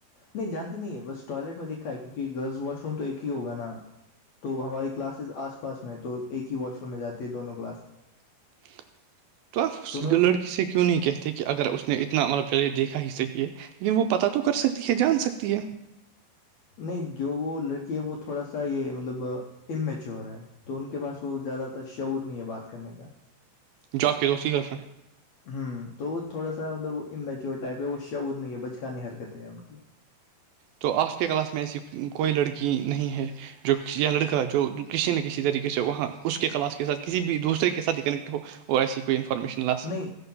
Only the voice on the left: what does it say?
نہیں جانتی نہیں ہے بس ٹوائلٹ میں دیکھا ہے کیونکہ گرلز واش روم تو ایک ہی ہوگا نا تو ہماری کلاسز آس پاس میں ہیں تو ایک ہی واش روم میں جاتے ہیں دونوں کلاس
دونوں
نہیں جو وہ لڑکی ہے وہ تھوڑا سا یہ مطلب ا میچور ہے تو ان کے پاس وہ زیادہ تر شعور نہیں ہے بات کرنے کا
ہوں تو وہ تھوڑا سا مطلب امییچور ٹائپ ہے وہ شعور نہیں ہے بچکانی حرکتیں ہے ان کی
نہیں